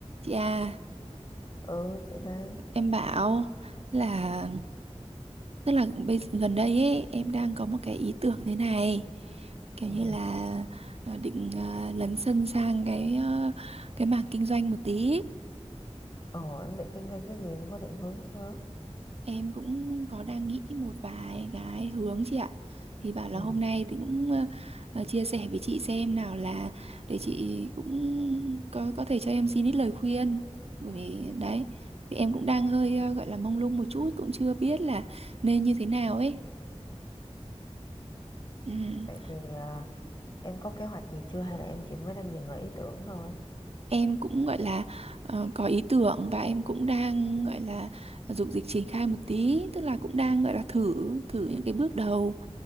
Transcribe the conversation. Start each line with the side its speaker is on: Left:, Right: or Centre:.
Right: Chị à,
Left: Ừ, chị đây.
Right: em bảo là tức là bây, gần đây ấy em đang có một cái ý tưởng thế này kiểu như
Left: Ừ,
Right: là ờ, định ờ, lấn sân sang cái ờ, cái mảng kinh doanh một tí
Left: Ồ, em định kinh doanh cái gì, em có định hướng chưa?
Right: Em cũng có đang nghĩ một vài cái hướng chị ạ. Thì bảo là
Left: ừ.
Right: hôm nay thì cũng ờ, ờ, chia sẻ với chị xem nào là để chị cũng có có thể cho em xin ít lời khuyên. Bởi vì đấy, thì em cũng đang hơi ờ, gọi là mông lung một chút cũng chưa biết là nên như thế nào ấy. Ừm,
Left: Vậy thì à, em có kế hoạch gì chưa hay là em chỉ mới đang dừng ở ý tưởng thôi?
Right: Em cũng gọi là ờ, có ý tưởng và em cũng đang gọi là dục dịch triển khai một tí, tức là cũng đang gọi là thử thử những cái bước đầu